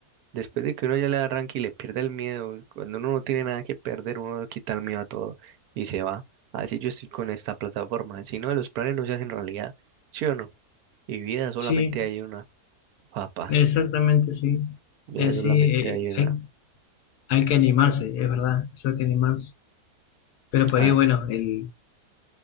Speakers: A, on the right; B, on the left.
A: Después de que uno ya le arranque y le pierda el miedo, cuando uno no tiene nada que perder, uno le quita el miedo a todo y se va. Así yo estoy con esta plataforma. Si no, los planes no se hacen realidad, ¿sí o no? Y vida solamente
B: Sí,
A: hay una, papá.
B: exactamente, sí.
A: Vida
B: Eh, sí,
A: solamente
B: eh,
A: hay una.
B: hay- Hay que animarse, es verdad, eso hay que animarse. Pero por
A: Ah,
B: ahí, bueno, el...